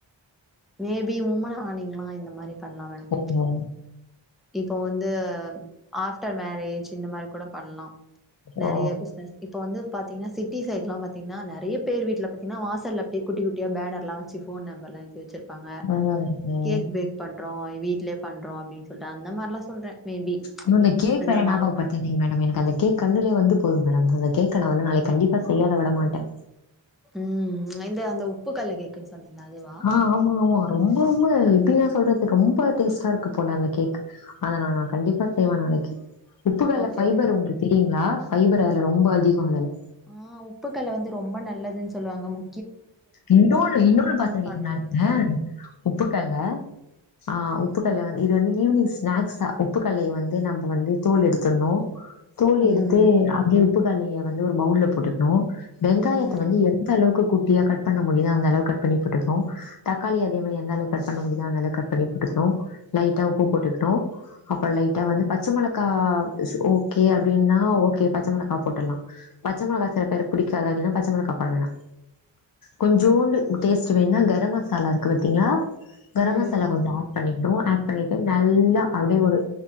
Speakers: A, in the centre; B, on the left.
A: மேபி உமனானிங்களா இந்த மாரி பண்லா மேடம்
B: ஓகோ
A: இப்போ வந்து ஆஃப்டர் மேரேஜ் இந்த மாரி கூட பண்ணலா நெறைய
B: ஓ
A: பிஸ்னஸ் இப்போ வந்து பாத்தீங்கன்னா சிட்டி சைட்லாம் பாத்தீங்கன்னா நெறைய பேர் வீட்டுல பாத்தீங்கன்னா வாசல்லல அப்டியே குட்டி குட்டிய பேனர்லா வச்சு போன் நம்பர்ல்லா எழுதி வச்சிருப்பாங்க
B: ம் ம்
A: கேக் பேக் பண்றோ வீட்லயே பண்றோ அப்டின்னு சொல்ட்டு அந்த மாரிலா சொல்றே மேபி
B: இன்னொன்னு கேப்ப
A: இந்த மாரிலா
B: நாபகபத்து சரிங் மேடம் எனக்கு அந்த கேக் கண்ணுலே வந்து போது மேடம் அந்த கேக நா வந்து நாளைக் கண்டிப்பா செய்யாத விட மாட்ட
A: ம் இந்த அந்த உப்பு கல்ல கேக்குன்னு சொன்னீங்களா அதுவா
B: ஆ ஆமா ஆமா ரொம்ப ரொம்ப எப்டிதா சொல்றது ரொம்ப டேஸ்ட்டா இருக்கு போல அந்த கேக் அத நா நா கண்டிப்பா செய்வ நாளைக்கி உப்புகல
A: ஓகே
B: ஃபைபர்
A: ஓகே
B: உங்களுக்கு தெரியுங்களா ஃபைபர் அதுல ரொம்ப அதிகோ அதுல
A: ஆ உப்புக்கல்ல வந்து ரொம்ப நல்லதுன்னு சொல்லுவாங்க மு
B: இன்னொன்னு இன்னொன்னு பாத்துருக்கீங்க
A: பண்ணணு
B: நீங்க உப்புக்கல்ல ஆ உப்புக்கல் வந்து இது வந்து ஈவினிங் ஸ்நாக்ஸா உப்புக்கல்லைய வந்து நம்ம வந்து தோல் எடுத்துணு தோல்
A: ம்
B: எடுத்து அப்டியே உப்புக்கலைய வந்து ஒரு பௌவுல போட்டுக்கணு வெங்காயத்தை
A: ம்
B: வந்து எந்த அளவுக்கு குட்டியா கட்பண்ண முடியுதோ அந்தளவு கட் பண்ணி போட்டுக்கணு தக்காளி அதே மாரி எந்தளவு கட் பண்ண முடியுதோ அந்தளவுக் கட் பண்ணி போட்டுக்கணு லைட்டா உப்பு போட்டுக்கணு அப்புற லைட்டா வந்து பச்ச மிளகா ஸ் ஓகே அப்டின்னா ஓகே பச்ச மிளகா போட்டலா பச்சமிளக சில பேருக்கு பிடிக்காது அப்டின்னா பச்சமிளகா போடவேணா கொஞ்சோண்டு டேஸ்ட் வேண்னா கரம் மசாலா இருக்கு பாத்தீங்களா கரம்
A: ம்
B: மசாலா கொஞ்சோ ஆட் பண்ணி டு ஆட் பண்ணிட்டு நல்லா அப்டியே ஒரு